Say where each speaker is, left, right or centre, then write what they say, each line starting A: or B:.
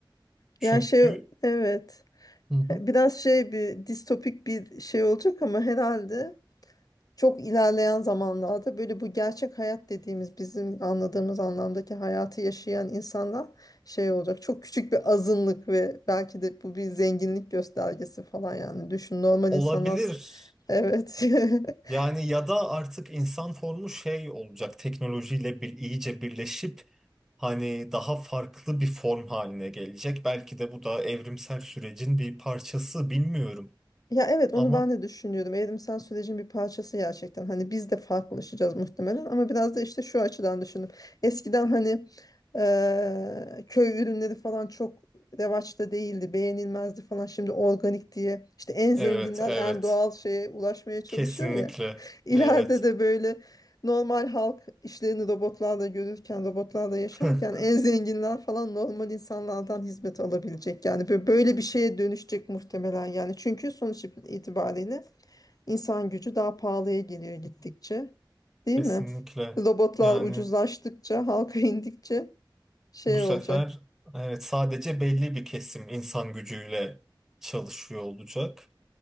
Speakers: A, in the centre; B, on the left (about 45°).
A: Çünkü
B: Ya şey evet
A: Hı hı.
B: biraz şey bir distopik bir şey olacak ama herhalde çok ilerleyen zamanlarda böyle bu gerçek hayat dediğimiz bizim anladığımız anlamdaki hayatı yaşayan insanlar şey olacak. Çok küçük bir azınlık ve belki de bu bir zenginlik göstergesi falan yani. Düşün normal
A: olabilir.
B: insanlar evet
A: Yani
B: <laughs>
A: ya da artık insan formu şey olacak. Teknolojiyle bir iyice birleşip hani daha farklı bir form haline gelecek. Belki de bu da evrimsel sürecin bir parçası bilmiyorum.
B: Ya evet onu
A: Ama
B: ben de düşünüyordum. Evrimsel sürecin bir parçası gerçekten. Hani biz de farklılaşacağız muhtemelen ama biraz da işte şu açıdan düşündüm. Eskiden hani eee, köy ürünleri falan çok revaçta değildi, beğenilmezdi falan. Şimdi organik diye işte en zenginler
A: evet evet
B: en doğal şeye ulaşmaya çalışıyor
A: kesinlikle
B: ya. <laughs> İleride
A: evet.
B: de böyle Normal halk işlerini robotlarla görürken, robotlarla yaşarken
A: <laughs>
B: en zenginler falan normal insanlardan hizmet alabilecek. Yani bö- böyle bir şeye dönüşecek muhtemelen yani. Çünkü sonuç itibariyle insan gücü daha pahalıya geliyor gittikçe. Değil
A: Kesinlikle.
B: mi? Robotlar
A: Yani
B: ucuzlaştıkça, halka indikçe şey
A: bu sefer
B: olacak.
A: evet sadece belli bir kesim insan gücüyle çalışıyor olacak.